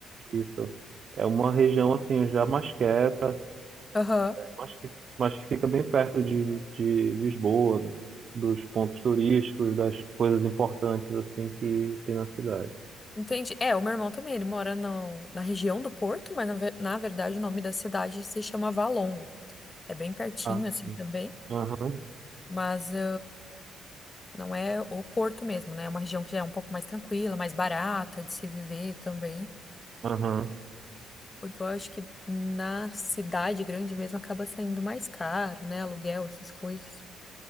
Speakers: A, on the right; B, on the left.
A: isso. É uma região assim já mais quieta,
B: Aham.
A: mas que, mas que fica bem perto de, de Lisboa, dos pontos turísticos, das coisas importantes assim que tem na cidade.
B: Entendi. É, o meu irmão também, ele mora no- na região do Porto, mas na, ve- na verdade o nome da cidade se chama Valongo. É bem pertinho,
A: Ah,
B: assim,
A: sim.
B: também.
A: Aham,
B: Mas eh, não é o Porto mesmo, né? É uma região que já é um pouco mais tranquila, mais barata de se viver também.
A: aham.
B: Porque eu acho que na cidade grande mesmo acaba saindo mais caro, né? Aluguel, essas coisas.